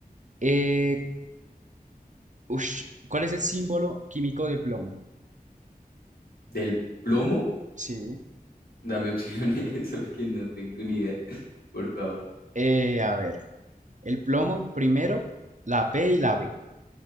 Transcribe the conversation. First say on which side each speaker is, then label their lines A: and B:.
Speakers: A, on the right (about 50°); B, on the left (about 75°).
A: Eh, ush, ¿cuál es el símbolo químico del plomo?
B: del plomo,
A: Sí.
B: dame opciones <laughs> porque no tengo ni idea. Por favor.
A: Eh, a ver, el plomo, primero, la P y la B.